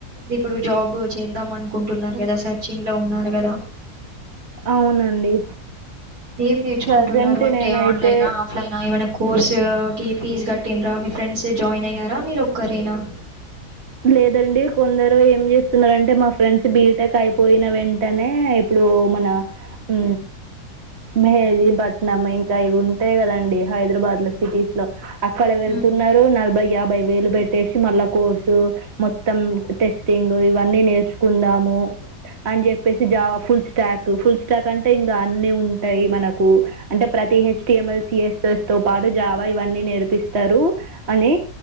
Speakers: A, on the right; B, on the right.
A: ఇప్పుడు జాబ్ చేద్దాం అనుకుంటున్నారు కదా సర్చింగ్ లో ఉన్నారు కదా
B: అవునండి.
A: ఏం నేర్చుకుంటున్నారు
B: ప్రెజెంట్
A: అంటే
B: నేనైతే
A: ఆన్లైన్ ఆ ఆఫ్లైనా ఏమైనా కోర్సు కి ఫీజ్ కట్టిన్ రా మీ ఫ్రెండ్స్ జాయిన్ అయ్యారా మీరు ఒక్కరేనా?
B: లేదండి కొందరు ఏం చేస్తున్నారంటే మా ఫ్రెండ్స్ బీటెక్ అయిపోయిన వెంటనే ఇప్పుడు మన ఉ మెహేదిపట్నం ఇంకా ఇవి ఉంటాయి కదండి హైదరాబాద్ లో సిటీస్ లో అక్కడ వెళ్తున్నారు
A: మ్మ్.
B: నలభై యాభై వేలు పెట్టేసి మళ్ళా కోర్స్ తు మొత్తం టెస్టింగ్ ఇవన్నీ నేర్చుకుందాము అని చెప్పేసి Java full stack full stack అంటే ఇంకా అన్ని ఉంటాయి మనకు అంటే ప్రతి హెచ్టిఎంఎల్ సిస్ఎస్ తో పాటు జావా ఇవన్నీ నేర్పిస్తారు అని